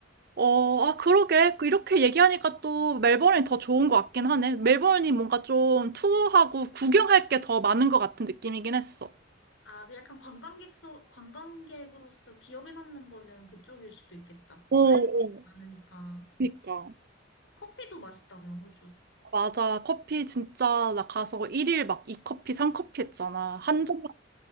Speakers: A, on the right (about 55°); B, on the left (about 70°).
A: 어, 아 그러게 그 이렇게 얘기하니까 또 멜버른이 더 좋은 것 같긴 하네. 멜버른이 뭔가 좀 투어하고 구경할 게 더 많은 것 같은 느낌이긴 했어.
B: 아, 그 약간 관광객서, 관광객으로서 기억에 남는 거는 그쪽일 수도 있겠다.
A: 어,
B: 뭐
A: 어.
B: 할 게 많으니까.
A: 그니까.
B: 커피도 맛있다며, 호주.
A: 맞아. 커피 진짜 나 가서 일일 막 이커피삼커피 했잖아. 한 잔만